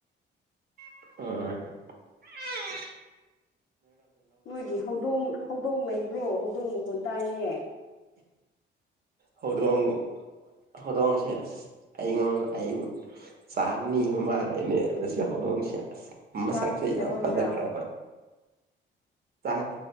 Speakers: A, on the right; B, on the left.
A: ꯑꯥ ꯑꯥ ꯑꯥ <unintelligible>
B: ꯅꯣꯏꯒꯤ ꯍꯧꯗꯣꯡ ꯍꯧꯗꯣꯡ ꯂꯩꯕ꯭ꯔꯣ ꯍꯧꯗꯣꯡ ꯃꯈꯣꯟ ꯇꯥꯏꯍꯦ
A: ꯍꯧꯗꯣꯡ ꯍꯧꯗꯣꯡꯁꯦ ꯑꯁ ꯑꯩꯉꯣꯟ ꯑꯩꯕꯨ ꯆꯥꯛ ꯅꯤꯕ ꯃꯥꯜꯂꯦꯅꯦ ꯃꯁꯤ ꯍꯧꯗꯣꯡꯁꯦ ꯑꯁ ꯃꯁꯛꯁꯦ
B: ꯆꯥꯛ ꯄꯤꯗꯕꯒꯤꯔ
A: ꯌꯥꯝ ꯐꯖꯈ꯭ꯔꯕ ꯆꯥꯛ